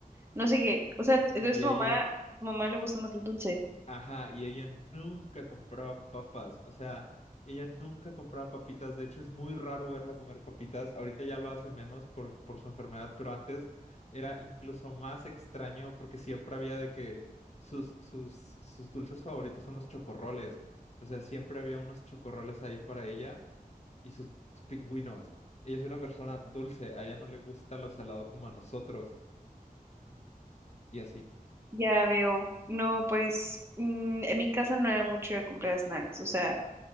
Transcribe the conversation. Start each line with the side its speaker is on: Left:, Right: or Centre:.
Right: no sé qué. O sea, entonces
Left: y
Right: tu
Left: ella,
Right: mamá, tu mamá le gusta más el dulce.
Left: ajá, y ella nunca compraba papas, o sea, ella nunca compraba papitas, de hecho es muy raro verla comer papitas, ahorita ya lo hace menos por, por su enfermedad, pero antes era incluso más extraño porque siempre había de que sus, sus, sus dulces favoritos son los chocorroles, o sea, siempre había unos chocorroles ahí para ella y sus pingüinos. Ella es una persona dulce, a ella no le gusta lo salado como a nosotros. Y así.
Right: Ya veo. No, pues, mm, en mi casa no era mucho de comprar snacks. O sea,